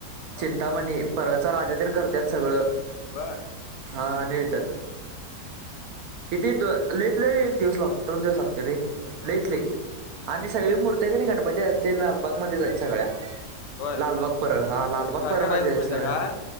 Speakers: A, on the left; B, on the right.
A: हा
B: चिंतामणी परळचा राजा तेनं करतात सगळं.
A: बरं.
B: हा नीळत्यात
A: हम् हम्.
B: किती लईत लई एक दिवस लाग दोन दिवस लागतो रे.
A: एक दोन
B: लईत
A: दिवस.
B: लई
A: हम्म
B: आणि सगळी मूर्ती आहे कणी गणपती ते लालबागमध्येच आहेत सगळ्या.
A: होय
B: लालबाग परळ हा लालबाग
A: काय
B: परळ
A: करायचं
B: मध्ये आहेत
A: माहित
B: सगळ्या.
A: आहे का?